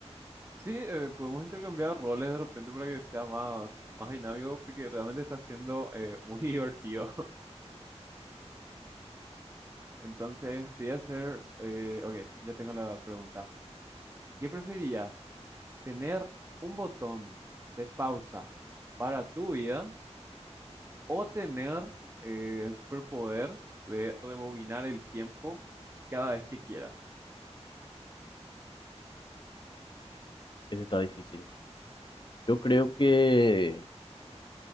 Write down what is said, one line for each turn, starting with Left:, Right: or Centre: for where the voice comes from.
Right: Sí, eh, podemos intercambiar roles de repente para que sea más, más dinámico, porque realmente está siendo eh, muy <laughs> divertido. Entonces, te voy a hacer, eh, ok, ya tengo la pregunta. ¿Qué preferirías? ¿Tener un botón de pausa para tu vida o tener eh, el superpoder de rebobinar el tiempo cada vez que quieras?
Left: Eso está difícil. Yo creo que